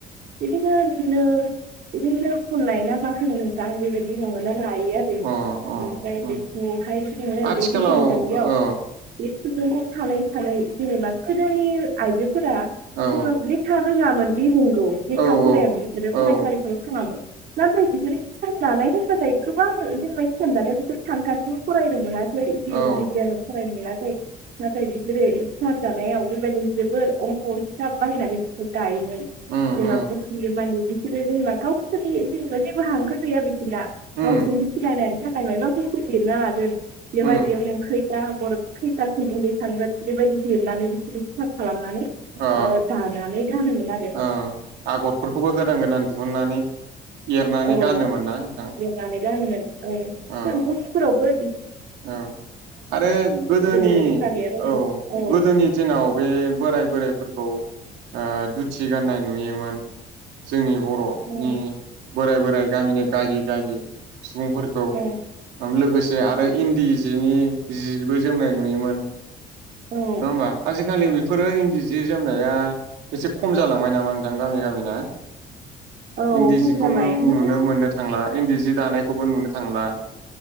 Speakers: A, on the right; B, on the right.
A: बिदिनो नो बिदिनो नो खननाय ना मा होनो नोंथां बेबायदि नंगो ना लायो आरो
B: अ अ
A: ओमफ्राय बेखौहाय
B: अ
A: जोङो
B: आथिखालाव
A: बे हिसानसालियाव
B: औ
A: खुन्दुं खौ सानै सानै जेनेबा गोदोनि आइजो फो फोरा
B: औ
A: <inaudible> फैनाङामोन‌ बि नंगौ लेखा
B: औ
A: फरायामोन बिसोरो फरायसालिफोराव‌
B: औ
A: थाङामोन नाथाय बिसोरो हिसान दानाय होनबाथाय गोबां जेनबा हिसान‌‌ दानायाव बेफोर सानखान्थिबो फरायहोनो मोनास ख्लै <unintelligible>
B: औ औ
A: फरायनो मोनासै नाथाय बिसोरो हिसान दानायाव बेबायदिनो जोबोर अंक हिसाब बाहायनानै बिसोर दायोमोन।
B: उम
A: जेनेबा
B: उम
A: <unintelligible> मानि बिसोरो जेनेबा गावसोरनि जेनेबा जेबो हांखो गैया बिसोरना
B: उम
A: गावसोरनि सिनायनायनि थाखाय मायबा बुस्थु लिरना लागोन बेवहाय
B: उम
A: बेयाव नों खैथा आगर खैथा खुन्दुं दैखांगोन बेबायदि लिरनानै बिसोरो हिसाब खालामनानै
B: अ
A: ओ‌ दानानै गानोमोन आरो
B: अ आगरफोरखौबो गोदान गोदान दिहुननानै एरनानै
A: औ
B: गानोमोन ना नोंथां?
A: लिरनानै गानोमोन औ
B: औ
A: फोर मुलिफोरावबो
B: औ आरो गोदोनि
A: गोदो लेखा गैयाबाबो
B: औ
A: औ
B: गोदोनि दिनाव बे बोराय बोरायफोरखौ ओ दुथि गाननाय नुयोमोन जोंनि बर'नि
A: औ
B: बोराय बोराय गामिनि गागि गागि सुबुंफोरखौ
A: औ
B: औ लोगोस जो आद फ्राय इन्दि जिनि जिबो जोमनाय नुयोमोन।
A: औ
B: नङा होमबा आजिखालि बेख फोरो इन्दि जि जोमनाया एसे खम जालांबाय नामा नोंथां गामि गामिना?
A: औ
B: इन्दि
A: खम
B: जिखौ
A: जाबाय
B: नों
A: माने
B: नुनो मोननो थांला। इन्दि जि दानायखौबो नुनो थांला।